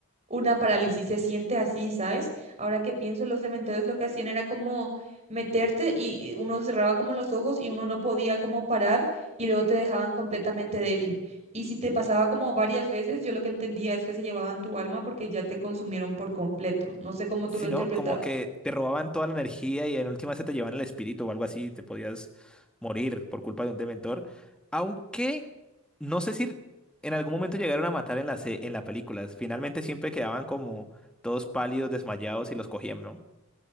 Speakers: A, on the right; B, in the centre.
A: una parálisis, se siente así, ¿sabes? Ahora que pienso, los cementerios lo que hacían era como meterte y y uno cerraba como los ojos y uno no podía como parar y luego te dejaban completamente débil. Y si te pasaba como varias veces, yo lo que entendía es que se llevaban tu alma porque ya te consumieron por completo. No sé cómo
B: Sí,
A: tú lo interpretabas.
B: ¿no? Como que te robaban toda la energía y en última se te llevaban el espíritu o algo así, te podías morir por culpa de un dementor. Aunque no sé si en algún momento llegaron a matar en la, se- en la película. Finalmente siempre quedaban como todos pálidos, desmayados y los cogían, ¿no?